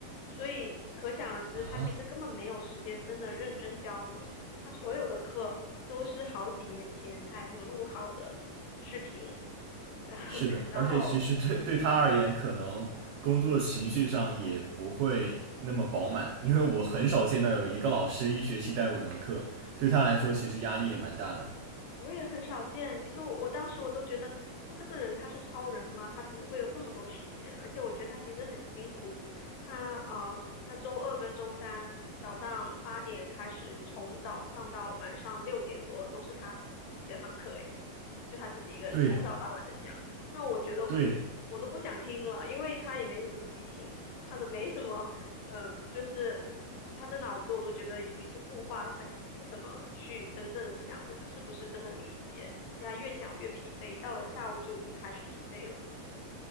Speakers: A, on the left; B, on the right.
A: 所以可想而知，
B: 啊。
A: 他其实根本没有时间真的认真教你，他所有的课都是好几年前他已经录好的视频，<laughs> 然后然后
B: 是的，而且其实对对他而言，可能工作情绪上也不会那么饱满，因为我很少见到有一个老师一学期带五门课，对他来说其实压力也蛮大的。
A: 我也很少见。其实我我当时我都觉得他这个人他是超人吗？他怎么会有这么多时间？而且我觉得他其实很辛苦。他呃，他周二跟周三早上八点开始，从早上到晚上六点多都是他自己在上课，诶，就他自己一个人从早到晚的讲。
B: 对
A: 那我觉得
B: 对，
A: 我都不想听了，因为他也没什么激情，他都没什么嗯，就是他的脑子我都觉得已经是固化了，他其实不怎么去真正的想我们是不是真的理解，而且他越讲越疲惫，到了下午就已经开始疲惫了。